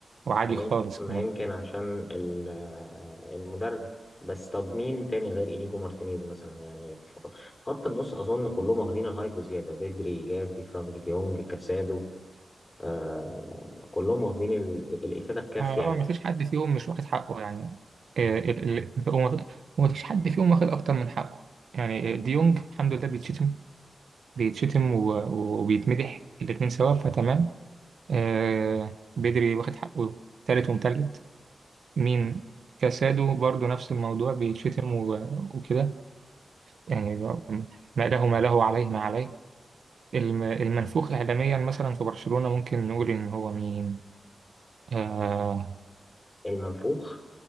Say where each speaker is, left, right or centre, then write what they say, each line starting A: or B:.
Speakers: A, on the right (about 70°); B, on the left (about 20°).
A: وعادي
B: ما يمكن
A: خالص
B: ما
A: كمان
B: يمكن عشان ال- آه، المدرب بس طب مين تاني غير انيجو مارتينيز مثلا يعني ف- في خط النص اظن كلهم واخدين الهايب وزياده بدري جافي فرانك ديونج كاسادو آه كلهم واخدين ال- الافاده الكافيه
A: اه
B: يعني
A: اه، ما فيش حد فيهم مش واخد حقه يعني آه، ال- ال- وما وما فيش حد فيهم واخد اكتر من حقه يعني آه، ديونج الحمد لله بيتشتم بيتشتم و- و- وبيتمدح الاتنين سوا فتمام آه بدري واخد حقه تالت ومتلت مين كاسادو برضو نفس الموضوع بيتشتم و- وكده يعني ما له ما له عليه ما عليه الم- المنفوخ إعلاميا مثلا في برشلونة ممكن نقول إن هو مين آه،
B: المنفوخ